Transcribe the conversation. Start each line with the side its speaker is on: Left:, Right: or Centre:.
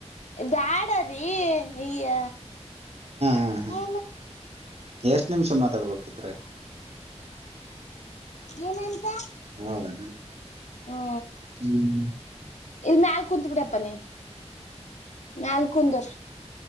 Left: ಬ್ಯಾಡ್ರೀ ಈಯ
Right: ಹಾ ಹಾ
Left: ಏ
Right: ಎಷ್ಟ್ ನಿಮಿಷ ಮಾತಾಡ್ಬೇಕಿದ್ರ
Left: ಏನಂತ
Right: ಹೌದಣ
Left: ಹ್ಮ
Right: ಹ್ಮ್
Left: ಇಲ್ ಮ್ಯಲ್ ಕುತ್ ಬಿಿಡಪ್ಪ ನೀನ್ ಮ್ಯಲ್ ಕುಂದರ